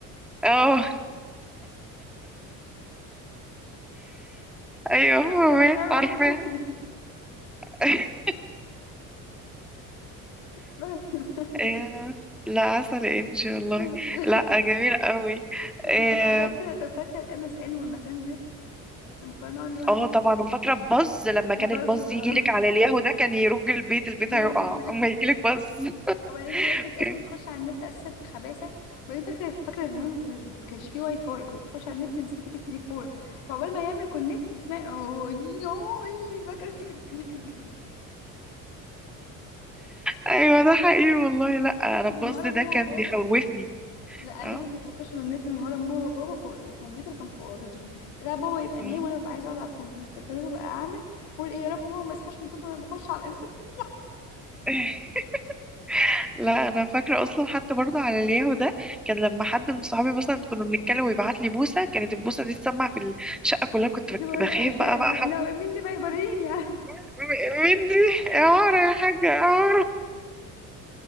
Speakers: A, in the centre; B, on the left.
A: اه ايوه فاهمة،
B: ما كنا بنعمل
A: عارفة
B: حركة يعني
A: <laughs>
B: لا لا،
A: آه، لا عسل انجي والله
B: ف-
A: لا جميل قوي
B: <laughs>
A: اه
B: فاكرة طب فاكرة الام اس ان والماسنجر لما كنا نقعد اللي هو أنا
A: آه، طبعا وفاكره الباز لما كان
B: الباز
A: الباز
B: آه،
A: يجي لك على الياهو ده كان يرج البيت البيت
B: يرج
A: هيقع
B: البيت
A: اما يجي لك باز <laughs>
B: وبعدين انت بقى كنت اصلا
A: كان-
B: بتخش على النت اساسا في الخباثة وبعدين فاكرة فاكرة زمان ما كناش ما كانش فيه واي فاي كنت تخش على النت تمسكي كانت التليفون فعقبال ما يعمل كونكت تسمعي اوه يوي فاكرة انت كنت <laughs>
A: ايوه ده حقيقي والله لا
B: بخش
A: انا الباز
B: من ورا
A: ده
B: ماما
A: كان
B: وبابا
A: بيخوفني
B: لا انا
A: اه
B: اللي كنت بخش من النت من ورا ماما وبابا فوق والكمبيوتر كان في اوضتهم لا بابا يبقى
A: مم.
B: نايم وانا ببقى عايزه اقعد على الكمبيوتر فانا ببقى اعمل اقول ايه يا رب ماما ما يصحاش من صوتي وانا بخش على الانترنت
A: <laughs> لا انا فاكره اصلا حتى برضه على الياهو ده كان لما حد من صحابي مثلا كنا بنتكلم ويبعت لي بوسه كانت البوسه دي تسمع في الشقه كلها كنت
B: مش
A: بك-
B: بقول
A: بخاف
B: آه، شا-
A: بقى بقى
B: لا
A: حب...
B: لا، مين اللي بقى يبريني يعني <laughs>
A: م- مين دي يا عمر يا حاجه يا عمر